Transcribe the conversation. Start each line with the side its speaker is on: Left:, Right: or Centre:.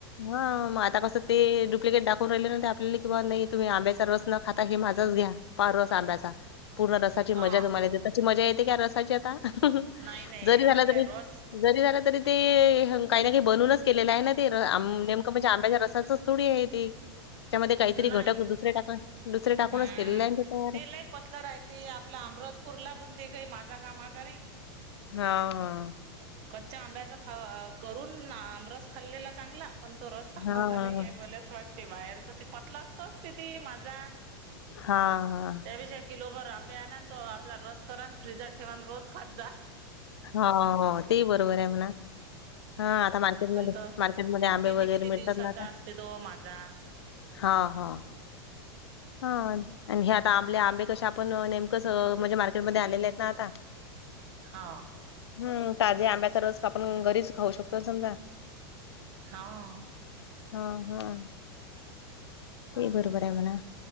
Left: हा मग आता कसं ते डुप्लिकेट दाखवून राहिले नंतर आपल्याला किं नाही तुम्ही आंब्याचा रस न. आता हे माझाच घ्या पार रस आंब्याचा पूर्ण रसाची
Right: अ
Left: मजा च मजा ते. त्याशी मजा येते का रसाची आता
Right: नाही नाही
Left: जरी झाला
Right: आपल्या
Left: तरी.
Right: रस
Left: जरी झालं तरी ते काही ना काही बनूनच केलेलं आहे ना ते नेमकं म्हणजे आंब्याच्या रसाचं. थोडी आहे ती त्याच्यामध्ये काहीतरी
Right: नाही
Left: घटक दुसरे टाका दुसरे टाकूनच
Right: हम्म
Left: केलेले आहे ते तयार.
Right: लय पतला राहते आपल्या आमरसपूरला, पण ते काही माझा कामाचा नाही.
Left: हा हा.
Right: कच्च्या आंब्याचा खा करून आमरस खाल्लेला चांगला. पण तो रस कामाचा
Left: हां,
Right: नाही आहे, मलाच असं वाटते बाहेरचा ते पतला असतोच ते माझा.
Left: हा हा.
Right: त्यापेक्षा किलोभर आंबे आणन त आपला रस करा आणि फ्रीजात ठेवान रोज खात जा.
Left: हा हा तेही बरोबर आहे म्हणा. हा आता मार्केटमध्ये
Right: पण तो
Left: मार्केटमध्ये आंबे
Right: किती
Left: वगैरे
Right: किती
Left: मिळतात
Right: दिवसाचा
Left: ना आता.
Right: असते तो माझा
Left: हा हा <unintelligible> हा. आणि हे आता आंबले आंबे कसे आपण नेमकंच म्हणजे मार्केटमध्ये आलेले आहेत ना आता.
Right: हा.
Left: हम्म ताजे आंब्याचा रस आपण घरीच खाऊ शकतो समजा.
Right: हा. <unintelligible>
Left: हा हा. <unintelligible> ते बरोबर आहे म्हणा.